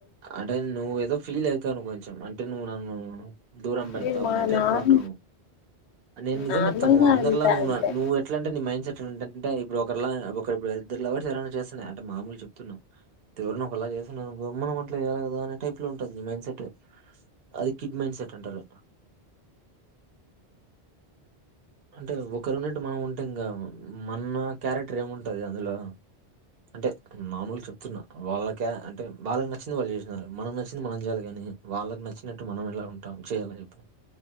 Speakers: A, on the right; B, on the left.
A: అంటే నువ్ ఏదో ఫీల్ అయితాను కొంచం అంటే నువ్ నన్ను దూరం పెడతావ్
B: నేను మా
A: అనే టైప్
B: నార్
A: లో ఉంటావు నువ్వు నేను నిజం
B: నార్మల్గా
A: చెప్తానువ్ అందరిలా
B: ఉంటా
A: నువ్వు
B: అంతే
A: నువ్వుట్లా అంటే మైండ్ సెట్ అంటే ఇప్పుడు ఒకరిలా ఒకరి ఇప్పుడు ఇద్దరులవర్స్ ఎవరనా చేస్తున్నా అంట మామూలు చెప్తున్నా. ఎవరిని ఒకలా చేమ్. నువ్ ఎవ్వర్ర కదా అనే టైప్ లో ఉంటది నీ మైండ్ సెట్ అది కిడ్మైన్ సెట్ అంటారు. అంటే ఒక రున్నట్ మనం ఉంటే ఇంగా మన్న క్యారెటర్ ఏముంటది అందులో అంటే మామూలుగా చెప్తున్నా. వాళ్ళకే అంటే వాళ్ళకి నచ్చింది వాళ్ళు చేసిన్నారు. మనం నచ్చింది మనం చేయాలి కాని వాళ్ళకి నచ్చినట్టు మనం ఎలా ఉంటాం చేయాలా చెప్పు